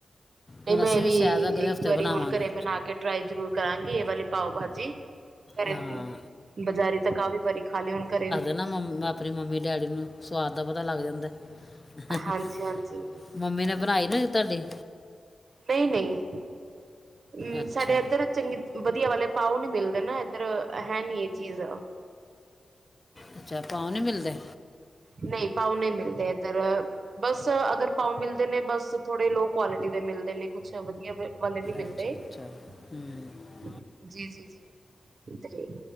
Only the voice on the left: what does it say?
ਹੁਣ
ਅਸੀਂ
ਸ਼ਾਇਦ ਅਗਲੇ
ਹਫਤੇ
ਬਣਾਵਾਂਗੇ
ਹਾਂ
<unintelligible> ਫਿਰ ਮੰਮੀ-ਡੈਡੀ ਨੂੰ ਸਵਾਦ ਦਾ ਪਤਾ ਲੱਗ ਜਾਂਦਾ। <unintelligible>
<inaudible> ਮੰਮੀ ਨੇ ਬਣਾਈ ਨਾ ਤੁਹਾਡੇ
ਅੱਛਾ
ਅੱਛਾ, ਪਾਉ ਨੀ ਮਿਲਦੇ।
ਅੱਛਾ ਅੱਛਾ ਹੂੰ